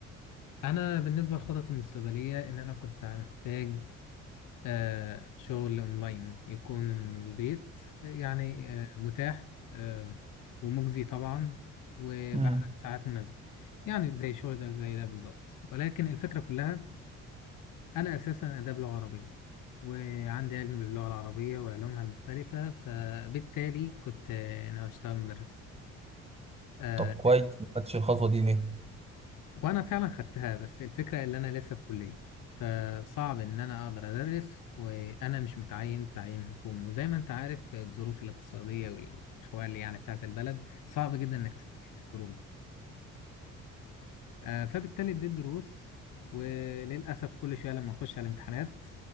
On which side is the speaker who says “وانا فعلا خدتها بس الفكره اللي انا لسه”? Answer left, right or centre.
Left